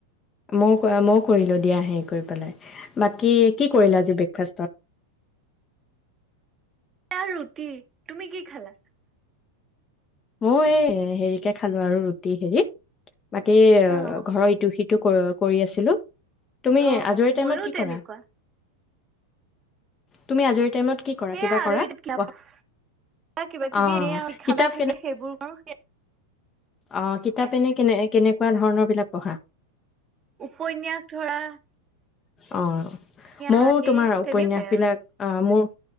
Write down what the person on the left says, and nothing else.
মই কৰা মও কৰিলো দিয়া হেৰি কৰি পেলাই। বাকী কি কৰিলা আজি ব্ৰেকফাষ্টত?
মও এই হেৰিকে খালো আৰু ৰুটি হেৰিত বাকী
ঘৰৰ ইটো সিটো কৰ কৰি আছিলোঁ তুমি
আজৰি
টাইমত কি
কৰা? তুমি আজিৰ টাইমত কি কৰা
কিবা
কৰা
ৱাহ,
অঁ
কিতাপ
অ'
কিতাপ এনে কেনে কেনেকুৱা ধৰণৰ বিলাক পঢ়া
অ' মইও
তোমাৰ
উপন্যাস
বিলাক আহ মোৰ